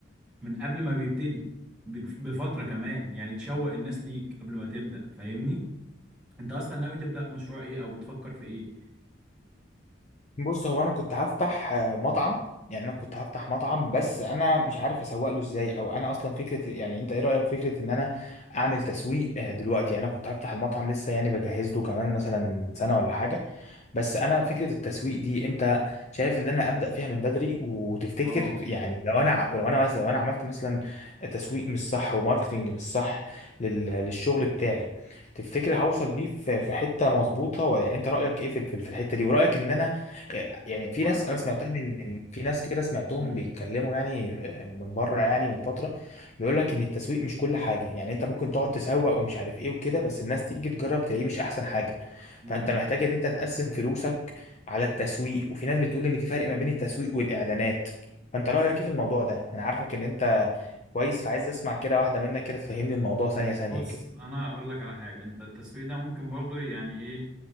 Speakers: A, in the centre; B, on the left.
A: من قبل ما بيبتدي بف- بفترة كمان يعني تشوق الناس ليك قبل ما تبدأ فاهمني انت اصلا ناوي تبدأ مشروع ايه او بتفكر في ايه
B: بص هو انا كنت هفتح آه، مطعم يعني انا كنت هفتح مطعم بس انا مش عارف اسوق له ازاي او انا اصلا فكره يعني انت ايه رايك فكره ان انا اعمل تسويق آه، دلوقتي يعني انا كنت هفتح المطعم لسه يعني بجهز له كمان مثلا سنه ولا حاجه بس انا فكره التسويق دي انت شايف ان انا ابدا فيها من بدري وتفتكر
A: اه
B: يعني لو انا ع- ولو انا مثلا لو انا عملت مثلا تسويق مش صح وماركتنج مش صح لل- للشغل بتاعي تفتكر هوصل بيه في في حته مظبوطه ولا يعني انت رايك ايه في ال- في في الحته دي ورايك ان انا آه، يعني في
A: و...
B: ناس انا سمعتها من من- في ناس كده سمعتهم
A: مم.
B: بيتكلموا يعني آه، من بره يعني من فتره بيقول لك ان التسويق مش كل حاجه يعني انت ممكن تقعد تسوق ومش عارف ايه وكده بس الناس تيجي تجرب تلاقيه مش احسن حاجه
A: مم.
B: فانت محتاج ان انت تقسم فلوسك على التسويق وفي ناس بتقول ان في فرق ما بين التسويق والاعلانات فانت رايك ايه في الموضوع ده انا عارفك ان انت كويس فعايز اسمع كده واحده منك كده تفهمني الموضوع ثانيه ثانيه
A: بص
B: كده
A: انا اقول لك على حاجة انت التسويق ده ممكن برضه يعني ايه